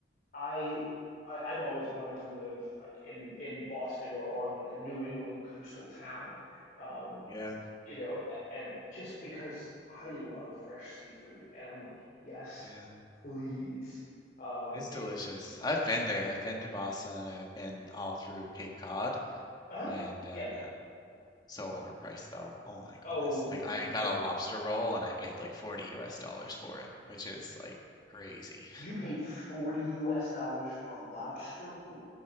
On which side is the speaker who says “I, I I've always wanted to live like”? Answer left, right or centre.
Left